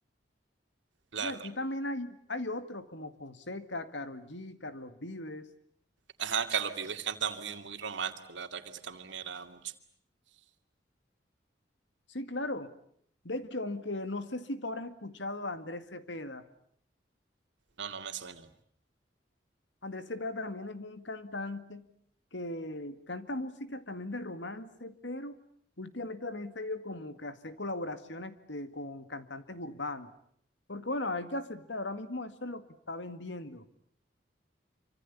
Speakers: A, on the right (about 85°); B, on the left (about 80°).
A: La
B: Y
A: verdad,
B: aquí también hay, hay otros como Fonseca, Karol G, Carlos Vives.
A: ajá, Carlos Vives canta muy, muy romántico, la verdad que eso también me agrada mucho.
B: Sí, claro. De hecho, aunque no sé si tú habrás escuchado a Andrés Cepeda.
A: No, no me suena.
B: Andrés Cepeda también es un cantante que canta música también de romance, pero últimamente también se ha ido como que a hacer colaboraciones de- con cantantes urbanos. Porque bueno, hay que aceptar, ahora mismo eso es lo que está vendiendo.